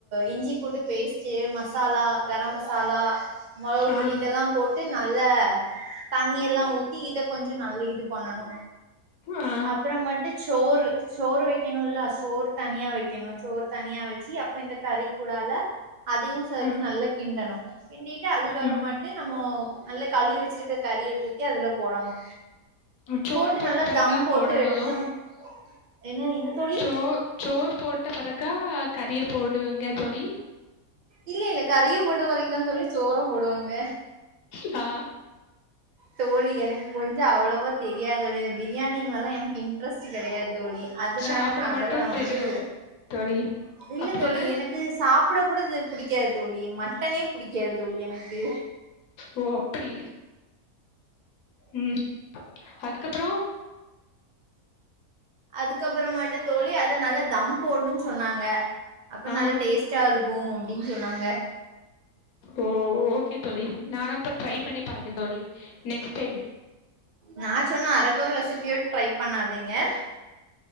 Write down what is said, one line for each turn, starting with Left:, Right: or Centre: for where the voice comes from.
Right: இஞ்சி பூண்டு பேஸ்ட்டு மசாலா கரம் மசாலா மொளவு
Left: ஆ
Right: பொடி இதெல்லா போட் சோ நல்ல தண்ணி எல்லா ஊத்தி இத கொஞ்சோ நல்ல இது பண்ணணு
Left: ஆ
Right: அப்புற மட்டு சோறு சோறு வெக்கணுல்ல சோறு தனியா வெக்கணு சோறு தனியா வச்சு அப்ப இந்த கறி கூடால அதயு சேத்து
Left: ஆ
Right: நல்ல கிண்டணு கிண்டிட்டு அதுக்கப்புறமேட்டு
Left: ஆ
Right: நம்மோ நல்ல கழிவி வச்சிருக்க கறிய தூக்கி அதுல போடணு
Left: சோறு
Right: போட்டு
Left: போட்ட
Right: நல்லா
Left: பெறகா
Right: தம் போட்டு
Left: போடணு
Right: எடுத்தோம் ஏன்னா என்ன தோழி
Left: சோ சோறு போட்ட பிறக்கா கறிய போடுவீங்க தோழி
Right: இல்ல இல்ல கறிய போட்ட வரைக்கும்தா தோழி சோற போடுவாங்க
Left: ஆ
Right: தோழி எனக்கு கொஞ்சம் அவ்வளவா தெரியாதது இந்த பிரியாணி மேல்லா எனக்கு இன்ட்ரெஸ்ட் கெடையாது தோழி அதனால
Left: சாப்பிட
Right: நா அதெல்லா
Left: மட்டு
Right: வந்து
Left: தெரியு தோழி
Right: இல்ல
Left: அப்டிதானே
Right: தோழி எனக் கு சாப்டக்கூட இது பிடிக்கா தோழி மட்டனே பிடிக்கா தோழி எனக்கு
Left: ஓ அப்படி ம் அதுக்கப்புறோ
Right: அதுக்கப்புறமேட்டு தோழி அத நல்லா தம் போடணு சொன்னாங்க அப்றோ
Left: ஆ
Right: நல்ல டேஸ்ட்டா இருக்கும் அப்டின் சொன்னாங்க
Left: ஓ ஓகே தோழி நானும் இப்ப ட்ரை பண்ணி பாக்க தோழி நெக்ஸ்ட் டைம்
Right: நா சொன்ன அரக்கொர ரெசிபிய ட்ரை பண்ணாதீங்க <inaudible>